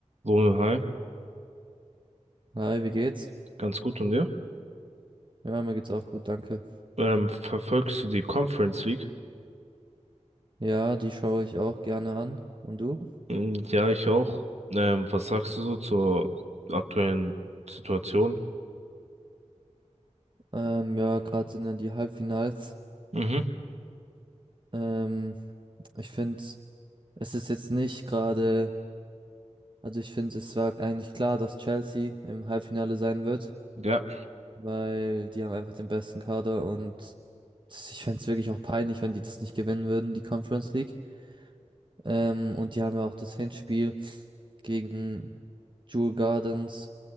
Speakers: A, on the right; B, on the right.
A: Romeo, hi,
B: Hi, wie geht's?
A: ganz gut und dir?
B: Ja, mir geht's auch gut, danke.
A: Ähm, verfolgst du die Conference League?
B: Ja, die schaue ich auch gerne an. Und du?
A: Mm, Ja, ich auch. Ähm, was sagst du so zur aktuellen Situation?
B: Ähm, ja, gerade sind ja die Halbfinals.
A: Mhm.
B: Ähm, ich finde, es ist jetzt nicht gerade, also ich finde, es war eigentlich klar, dass Chelsea im Halbfinale sein wird,
A: Ja.
B: weil die haben einfach den besten Kader und ich fände es wirklich auch peinlich, wenn die das nicht gewinnen würden, die Conference League. Ähm, und die haben ja auch das Hinspiel gegen Jewel Gardens